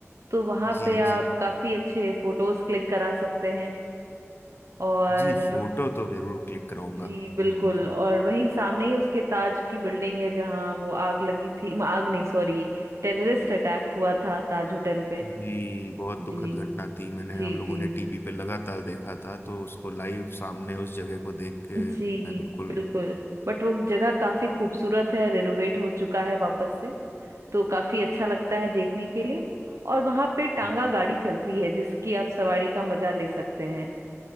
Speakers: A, on the right; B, on the left.
A: तो वहां
B: जी
A: पे आप
B: जी
A: काफी अच्छे फोटोज क्लिक करा सकते हैं और
B: जी फोटो तो जरूर क्लिक कराऊंगा
A: जी बिल्कुल
B: हम्म हम्म।
A: और वहीं सामने ही उसके ताज की बिल्डिंग है जहाँ वो आग लगी थी आग नहीं सॉरी टेररिस्ट अटैक हुआ था ताज होटल पे
B: जी बहुत दुखद
A: जी
B: घटना थी मैंने
A: जी
B: हम लोगों
A: जी
B: ने टीवी पे लगातार देखा था तो उसको लाइव सामने उस जगह को देख के
A: जी
B: मैं बिल्कुल
A: बिल्कुल बट वो जगह काफी खूबसूरत है रेनोवेट हो चुका है वापस से तो काफी अच्छा लगता है देखने के लिए और वहां पे टांगा
B: हम्म।
A: गाड़ी चलती है जिसकी आप सवारी का मजा ले सकते हैं